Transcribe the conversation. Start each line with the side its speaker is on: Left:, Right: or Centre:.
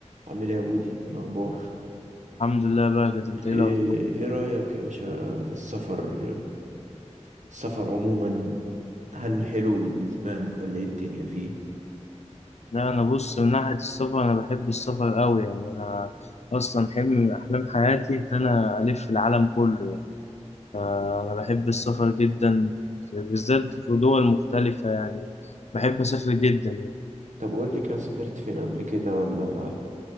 Right: عامل ايه يا بودي إيه الاخبار
Left: الحمد لله بهجت انت ايه
Right: ايه
Left: الاخبار
Right: ايه رايك يا باشا في السفر السفر عموما هل حلو بالنسبه لك ولا ايه الدنيا فيه
Left: لا انا بص من ناحيه السفر انا بحب السفر قوي يعني انا اصلا حلم من احلام حياتي ان انا الف العالم كله يعني فانا بحب السفر جدا بالذات في دول مختلفه يعني بحب اسافر جدا يعني
Right: طب قول لي كده سافرت فين قبل كده ولا